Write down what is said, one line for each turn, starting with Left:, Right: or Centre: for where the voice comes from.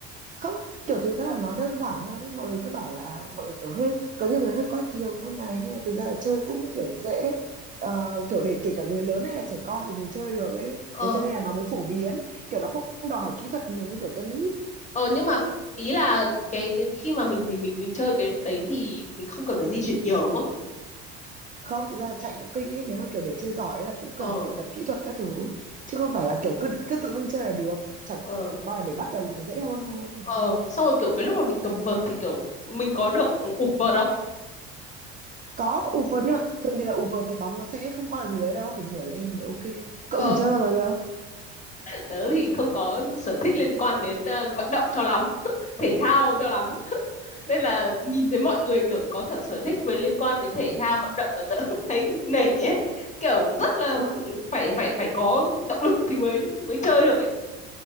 Right: không, kiểu thực ra là nó đơn giản hơn ấy, mọi người cứ bảo là mọi người kiểu hơi có nhiều người hơi coi thường môn này nhưng mà thực ra là chơi cũng kiểu dễ. Ờ, kiểu để kể cả người lớn hay là trẻ con thì đều chơi được ấy
Left: Ờ,
Right: thế cho nên là nó mới phổ biến kiểu nó không đòi hỏi kỹ thuật nhiều như kiểu tennis
Left: ờ nhưng mà ý là cái cái khi mà mình mình mình mình chơi cái đấy thì mình không cần phải di chuyển nhiều đúng không?
Right: không thực ra là chạy cũng kinh ấy nếu mà kiểu để chơi giỏi ấy là cũng cần
Left: Ờ,
Right: phải tập kỹ thuật các thứ chứ không phải là kiểu cứ cứ tự dưng chơi là được chẳng
Left: ờ,
Right: qua là để bắt đầu thì nó dễ hơn thôi
Left: ờ. Xong rồi kiểu cái lúc mà mình cầm vợt thì kiểu mình có được ụp vợt không?
Right: có ụp vợt nhưng mà thường thì là ụp vợt thì bóng nó sẽ không qua được lưới đâu phải ngửa lên nó mới ok cậu
Left: Ờ.
Right: thử chơi bao giờ chưa
Left: tớ thì không có sở thích liên quan đến ờ, vận động cho lắm <laughs> thể thao cho lắm nên là nhìn thấy mọi người kiểu có thể sở thích về liên quan đến thể thao vận động mà tớ <laughs> thấy nể ấy kiểu rất là
Right: ờ
Left: phải phải phải có động lực thì mới mới chơi được ấy